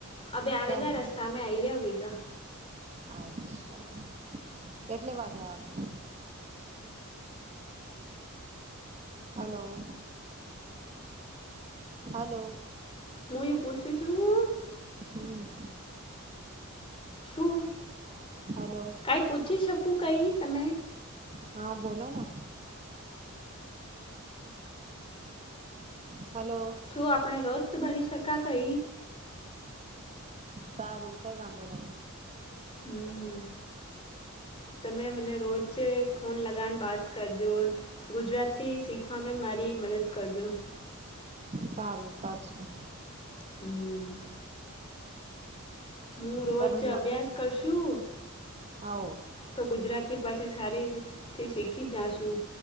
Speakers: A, on the left; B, on the right.
A: અભ આવેગા
B: ક્યાં
A: રસ્તા
B: છે
A: મે આઈ, રહ્યાવેગા.
B: અચ્છા કેટલે વાગે આવશે? હલો. હલો.
A: મ, એ પછું છું.
B: હમ્મ
A: શું
B: હલો
A: કઈ પૂછી શકું કઈ, તમે.
B: હા બોલો ના. હલો
A: શું આપણે દોસ્ત, બની શકા કઈ?
B: સારું કઈ, વાંધો નહી.
A: હમ્મ તમે મને રોજેય ફોન લગાવને, બાત કરજો ગુજરાતી શીખવામે મારી રી મદદ કરજો.
B: સારું, કરશું.
A: હમ હુ, રોજ
B: પરમ
A: અભ્યાસ કરશું
B: હો
A: તો ગુજરાતી પાસે સારીથી, શીખી જાશુ